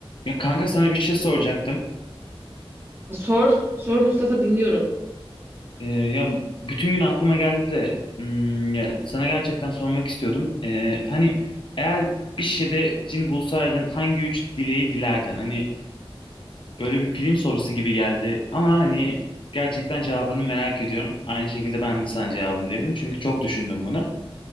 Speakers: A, on the left (about 60°); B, on the right (about 25°).
A: Ya kanka sana bir şey soracaktım.
B: Sor, sor Mustafa dinliyorum.
A: Ee, ya bütün gün aklıma geldi de hmm, ya sana gerçekten sormak istiyordum. Ee, hani eğer bir şeyde cin bulsaydın hangi üç dileği dilerdin? Hani böyle bir film sorusu gibi geldi ama hani gerçekten cevabını merak ediyorum. Aynı şekilde ben de sana cevabını veririm çünkü çok düşündüm bunu.